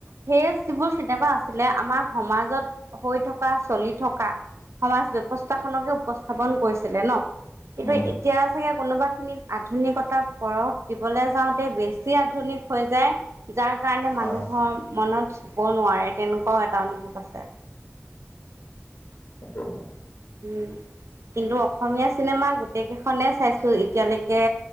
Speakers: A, on the right; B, on the left.
A: সেই যিবোৰ চিনেমা আছিলে, আমাৰ সমাজত হৈ থকা চলি থকা সমাজ ব্যৱস্থা খনকে উপস্থাপন কৰিছিলে ন, কিন্তু
B: উম,
A: এতিয়া চাগে কোনোবা খিনিত আধুনিকতাৰ পৰশ দিবলে যাওঁতে বেছি আধুনিক হৈ যায় যাৰ কাৰণে মানুহৰ
B: হয়
A: মনত চুব নোৱাৰে তেনেকুৱাও এটা অনুভৱ আছে
B: সেইটোয়ে
A: উম কিন্তু অসমীয়া চিনেমা গোটেই কেইখনে চাই তোৰ এতিয়ালৈকে